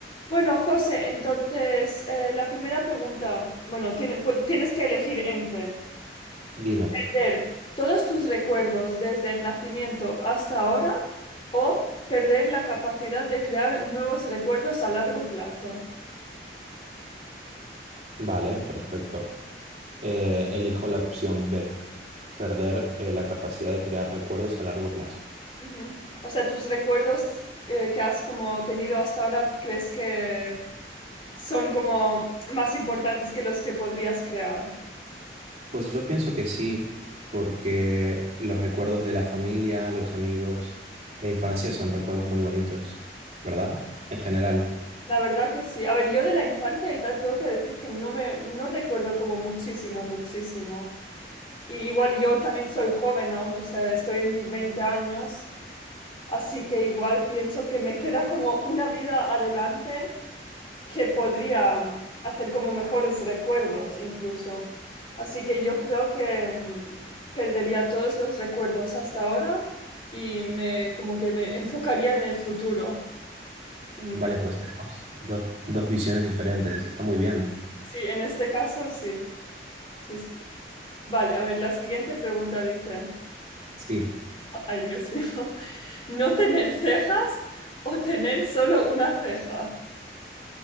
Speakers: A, on the left; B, on the right.
A: Bueno, José, entonces eh, la primera pregunta, bueno, tiene- pu- tienes que elegir entre
B: Dime,
A: perder todos tus recuerdos desde el nacimiento hasta ahora o perder la capacidad de crear nuevos recuerdos a largo plazo.
B: vale, perfecto. Eh, elijo la opción B, perder eh, la capacidad de crear recuerdos a largo plazo.
A: Ujú. O sea, tus recuerdos eh, que has como tenido hasta ahora, ¿crees que son como más importantes que los que podrías crear?
B: Pues yo pienso que sí, porque los recuerdos de la familia, los amigos, la infancia son recuerdos muy bonitos, ¿verdad? En general.
A: La verdad que sí. A ver, yo de la infancia y tal tengo que decir que no me no recuerdo como muchísimo, muchísimo. Y igual yo también soy joven aún, o sea, estoy en mis 20 años, así que igual pienso que me <laughs> queda como una vida adelante que podría mm, hacer como mejores recuerdos incluso. Así que yo creo que mm, perdería todos los recuerdos hasta ahora y me como que me enfocaría en el futuro, en mi
B: Vale,
A: caso.
B: pues tenemos dos, dos visiones diferentes. Está muy bien.
A: Sí, en este caso sí. Sí, sí, sí. Vale, a ver, la siguiente pregunta dice,
B: Sí.
A: ay Dios mío, <laughs> ¿no tener cejas o tener solo una ceja?